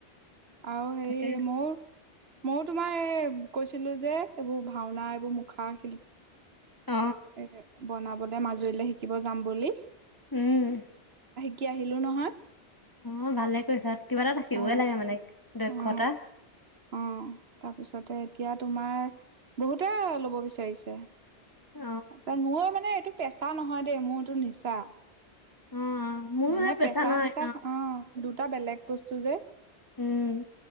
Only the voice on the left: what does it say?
তাকে
অ
উম
অ ভালে কৰিছা কিবা এটা থাকিবই
লাগে মানে দক্ষতা
অ
অ মোৰো
সেই পেছা
নহয়
উম।